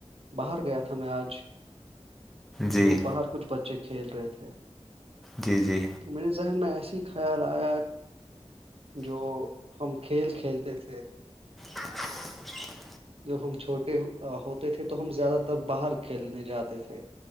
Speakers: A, on the right; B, in the centre.
A: باہر گیا تھا میں آج
B: جی
A: تو باہر کچھ بچے کھیل رہے تھے
B: جی جی
A: تو میرے ذہن میں ایسی ہی خیال آیا جو ہم کھیل کھیلتے تھے
B: <inaudible>
A: جب ہم چھوٹے ہوتے تھے تو ہم زیادہ تر باہر کھیلنے جاتے تھے